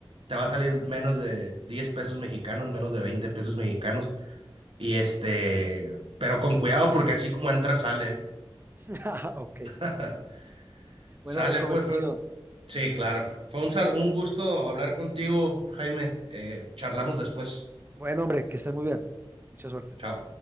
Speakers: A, on the right; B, on the right.
A: te va a salir menos de 10 pesos mexicanos, menos de 20 pesos mexicanos y este, pero con cuidado porque así como entra sale. ¿eh?
B: <laughs> Ok,
A: <laughs>
B: buena
A: Sale,
B: recomendación.
A: pues, fue un- Sí, claro. Fue un, sal- un gusto hablar contigo, Jaime. Eh, charlamos después.
B: Bueno, hombre, que estén muy bien. Mucha suerte.
A: Chao.